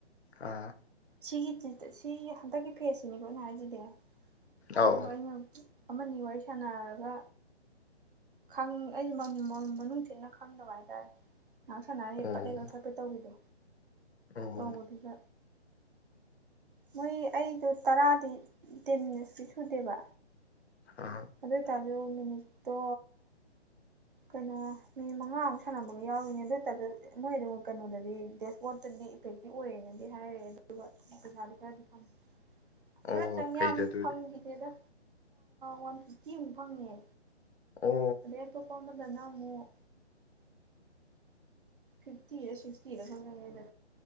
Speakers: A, on the left (about 70°); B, on the right (about 50°).
A: ꯑꯥ
B: ꯁꯤꯒꯤ ꯁꯤ ꯍꯟꯗꯛꯀꯤ ꯐꯦꯁꯁꯤꯅꯤꯀꯣ ꯑꯩꯅ ꯍꯥꯏꯁꯤꯗꯤ
A: ꯑꯧ
B: ꯑꯗꯨꯒ ꯑꯩꯅ ꯑꯃꯅꯤ ꯋꯥꯔꯤ ꯁꯥꯟꯅꯔꯒ ꯈꯪ ꯑꯩ ꯃ ꯃ ꯃꯅꯨꯡ ꯊꯤꯟꯅ ꯈꯪꯗꯕ ꯍꯥꯏꯇꯥꯔꯦ ꯉꯍꯥꯛ ꯁꯥꯟꯅꯔ
A: ꯑꯧ
B: ꯄꯠ ꯍꯦꯛ ꯀꯛꯊꯠꯄꯤ ꯇꯧꯕꯤꯗꯣ
A: ꯑꯣ ꯑꯣ
B: ꯇꯧꯕꯗꯨꯒ ꯃꯣꯏ ꯑꯩꯗꯣ ꯇꯔꯥꯗꯤ ꯇꯦꯟ ꯃꯤꯅꯠꯁꯇꯤ ꯁꯨꯗꯦꯕ
A: ꯑꯥ
B: ꯑꯗꯩ ꯇꯥꯖꯣ ꯃꯤꯅꯤꯠꯇꯣ ꯀꯩꯅꯣ ꯃꯤꯅꯤꯠ ꯃꯉꯥꯃꯨꯛ ꯁꯥꯟꯅꯕꯒ ꯌꯥꯎꯔꯤꯅꯦ ꯑꯗꯨꯇꯁꯨ ꯃꯣꯏꯗꯨꯝ ꯀꯩꯅꯣꯗꯗꯤ ꯗꯦꯁꯕꯣꯔꯠꯇ ꯗꯤ ꯏꯐꯦꯛꯇꯤ ꯑꯣꯏꯔꯦꯅꯗꯤ ꯍꯥꯏꯔꯦ ꯑꯗꯨꯒ ꯄꯩꯁꯥꯗꯨ ꯈꯔꯗꯤ ꯐꯪ
A: ꯑꯣ
B: ꯍꯣꯏ ꯆꯪ
A: ꯐꯩꯗ
B: ꯌꯥꯝ
A: ꯑꯗꯨꯗꯤ
B: ꯐꯪꯛꯤꯗꯦꯗ ꯋꯥꯟ ꯐꯤꯇꯤꯃꯨꯛ ꯐꯪꯉꯦ
A: ꯑꯣ
B: ꯑꯗꯩ ꯑꯇꯣꯞꯄ ꯑꯃ ꯑꯃꯗꯅ ꯑꯃꯨꯛ ꯐꯤꯐꯇꯤꯔ ꯁꯤꯛꯁꯇꯤꯔ ꯈꯛ ꯆꯪꯉꯦꯗ